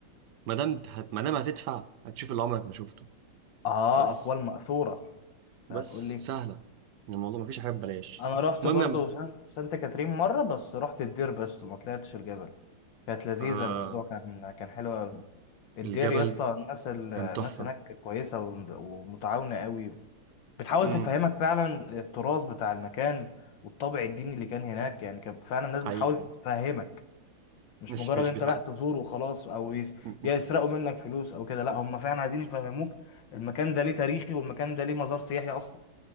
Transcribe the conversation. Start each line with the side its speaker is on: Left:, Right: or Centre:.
Right: ما دام هت... ما دام هتدفع هتشوف اللي عمرك ما شفته
Left: اه
Right: بس
Left: اقوال مأثوره
Right: بس
Left: انت هتقول لي
Right: سهله الموضوع ما فيش حاجه ببلاش
Left: انا رحت
Right: المهم
Left: برضو
Right: يا م-
Left: سان- سانت كاترين مره بس رحت الدير بس ما طلعتش الجبل كانت لذيذه
Right: آه
Left: الموضوع كان كان حلو قوي الدير
Right: الجبل
Left: يا اسطى الناس ال- الناس
Right: كان تحفه
Left: هناك كويسه وم- ومتعاونه قوي بتحاول
Right: امم
Left: تفهمك فعلا التراث بتاع المكان والطابع الديني اللي كان هناك يعني كان فعلا الناس
Right: حقيقي
Left: بتحاول
Right: حقيقي.
Left: تفهمك مش
Right: مش
Left: مجرد
Right: مش
Left: انت
Right: بتح...
Left: رايح تزور وخلاص او يس...
Right: م-
Left: يا
Right: م-
Left: يسرقوا منك فلوس او كده لا هم فعلا عايزين يفهموك المكان ده ليه تاريخي والمكان ده ليه مزار سياحي اصلا